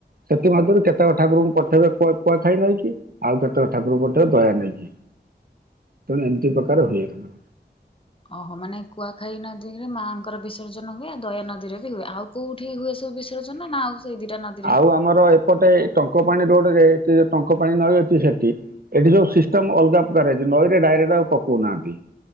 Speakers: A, on the right; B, on the left.
A: ସେଥିମଧ୍ୟରୁ କେତେକ ଠାକୁର ଙ୍କୁ ପଠେଇବେ କୁଆଖାଇ ନଇ କି ଆଉ କେତେକ ଠାକୁରଙ୍କୁ ପଠେଇଵେ ଦୟା ନଇକି ତେଣୁ ଏମିତି ପ୍ରକାର ହୁଏ ତାଙ୍କର।
B: ଓହୋ ମାନେ କୁଆଖାଇ ନଦୀରେ ମାଆଙ୍କର ବିସର୍ଜନ ହୁଏ ଆଉ ଦୟା ନଦୀରେ ବି ହୁଏ ଆଉ କୋଉଠି ହୁଏ ସବୁ ବିସ ର୍ଜନ ନା ଆଉ ସେ ଦିଟା ନ
A: ଆଉ ଆମର ଏପଟେ। ଟଙ୍କ ପାାଣି ରୋଡ ରେ ସେ ଯୋଉ ଟଙ୍କପାଣି ନଈ ଅଛି ସେଠି ଏଠି ସବୁ ସିଷ୍ଟମ ଅଲଗା ପ୍ରକାର ଅଛି ନଈରେ ଡାଇରେକ୍ଟ ଆଉ ପକଉନାହାନ୍ତି